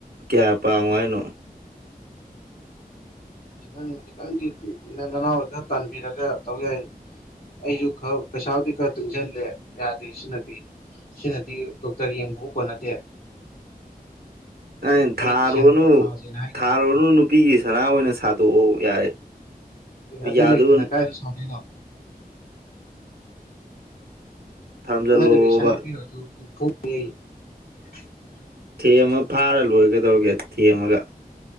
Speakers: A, on the right (about 80°); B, on the left (about 65°).
A: ꯀꯌꯥ ꯄꯥꯡꯉꯣ ꯍꯥꯏꯅꯣ
B: ꯑꯦ ꯈꯤꯇꯪꯗꯤ ꯅꯪ ꯅꯅꯥꯎ ꯑꯣꯏꯅ ꯈꯔ ꯇꯥꯟꯕꯤꯔꯒ ꯇꯧ ꯌꯥꯏ ꯑꯩꯖꯨ ꯈꯔ ꯄꯩꯁꯥꯕꯨꯗꯤ ꯈꯔ ꯇꯨꯡꯁꯤꯜꯂꯦ ꯌꯥꯗꯦ ꯁꯤꯅꯗꯤ ꯁꯤꯅꯗꯤ ꯗꯣꯛꯇꯔ ꯌꯦꯡꯕꯕꯨ ꯀꯣꯟꯅꯗꯦ
A: ꯑꯩꯅ
B: ꯑꯩ
A: ꯊꯥꯔꯣꯅꯨ
B: ꯗꯤꯁꯦꯝꯕꯔꯗ ꯊꯥꯁꯦꯅ ꯍꯥꯏꯈꯤꯕꯅꯦ
A: ꯊꯥꯔꯣꯅꯨ ꯅꯨꯄꯤꯒꯤ ꯁꯅꯥ ꯑꯣꯏꯅ ꯁꯥꯗꯣꯛꯎ ꯌꯥꯔꯦ
B: ꯑꯦ
A: ꯌꯥꯗꯨ
B: ꯑꯗꯨ ꯂꯩꯇꯅ ꯀꯥꯏꯗ ꯁꯥꯗꯣꯏꯅꯣ
A: ꯊꯝꯖꯜꯂꯣꯕ
B: ꯈꯪꯅꯗꯕꯤ ꯁꯟꯅꯥ ꯄꯤꯔꯣꯖꯨ <unintelligible>
A: ꯊꯦꯝꯃ ꯐꯥꯔ ꯂꯣꯏꯔꯦ ꯀꯩꯗꯧꯔꯒꯦ ꯊꯦꯝꯃꯒ